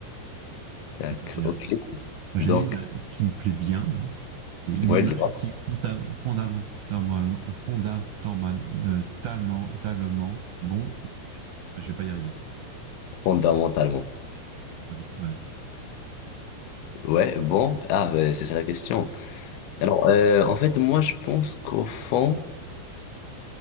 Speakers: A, on the left; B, on the right.
A: Tac,
B: On peut pas généraliser.
A: ok.
B: Moi, j'ai
A: Donc,
B: une là, qui me plaît bien là. C'est l'humain
A: ouais, dis-moi,
B: est-il fonda- fondamentalement, fondamentalement, euh, tamentalement bon? ou- Je vais pas y arriver.
A: fondamentalement.
B: Voilà.
A: Ouais, bon, ah, ben, c'est ça la question. Alors, euh, en fait, moi, je pense qu'au fond,